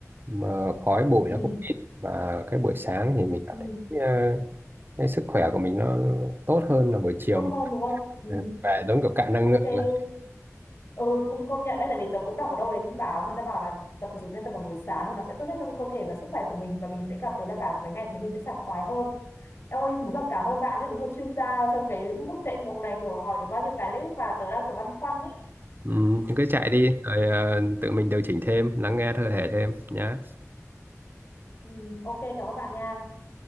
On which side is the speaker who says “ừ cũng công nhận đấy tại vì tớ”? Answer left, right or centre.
Left